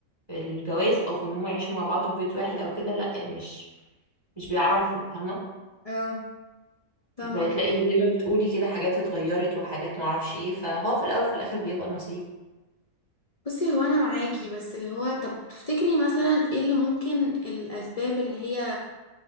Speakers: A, on the right; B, on the left.
A: في الجواز او في ان هم يعيشوا مع بعض في بيت واحد او كده لا مش مش بيعرفوا فاهمة
B: اه فاهمة
A: بتلاقي
B: قصدي.
A: زي ما بتقولي كده حاجات اتغيرت وحاجات معرفش ايه فهو في الاول في الاخر بيبقى نصيب
B: بصي هو انا معاكي بس اللي هو طب تفتكري مثلا ايه اللي ممكن الاسباب اللي هي